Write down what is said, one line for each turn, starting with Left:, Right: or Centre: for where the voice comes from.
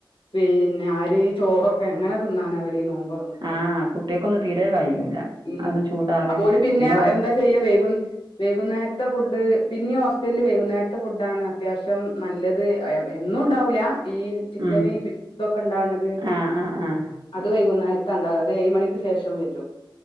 Left: പിന്നെ ആര് ഈ ചോറൊക്കെ എങ്ങനെ തിന്നാനാ ഇവലീ നോമ്പറന്നിട്ട്
Right: ആഹ് കുട്ടികക്കൊന്നും തീരെ കഴിയൂല
Left: ഉം
Right: അതും ചൂടാറി
Left: അപ്പോൽ പിന്നെ
Right: ഹോസ്
Left: എന്താ ചെയ്യാ വൈകും വൈകുന്നേ നേരത്തെ ഫുഡ് പിന്നിം ഹോസ്റ്റൽ വൈകുന്നേരത്തെ ഫുഡാണ് അത്യാവശ്യം നല്ലത് ആ എന്നുണ്ടാവൂല ഈ ചിക്കന്,
Right: ഉം
Left: ബി തൊക്കെ ണ്ടാണത്
Right: ആഹ് ആഹ് ആഹ്
Left: അത് വൈകുന്നേര ത്താണ്ടാവ അത് ഏഴ് മണിക്ക് ശേഷം വരും.